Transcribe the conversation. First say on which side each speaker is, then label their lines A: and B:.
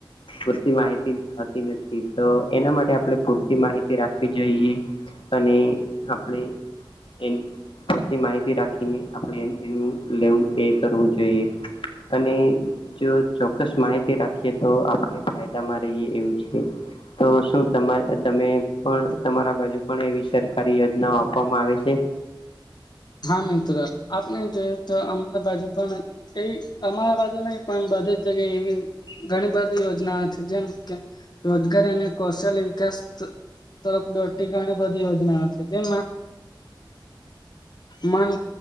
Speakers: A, on the left; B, on the left.
A: પૂરતી માહિતી હતી નથી. તો એના માટે આપડે પૂરતી માહિતી રાખવી જોઈએ. અને આપણે એ પૂરતી માહિતી રાખી ઈને આપણે એન એનું લેવું એ કરવું જોઈએ. અને જો ચોક્કસ માહિતી રાખીએ તો આપણે ફાયદામાં રહીએ એવું છે. તો શું તમાર તમે પણ તમારા બાજુ પણ એવી સરકારી યોજનાઓ આપવામાં આવે છે? <inaudible>
B: હા, મિત્ર આપણે જોઈએ તો અમારા બાજુ પણ એ અમારા બાજુ નઈ પણ બધી જ જગ્યાએ એવી ઘણી બધી યોજના છે. જેમ કે રોજગારી અને કૌશલ વિકાસ તરફ દોઢતી બધી યોજનાઓ છે. તેમાં મન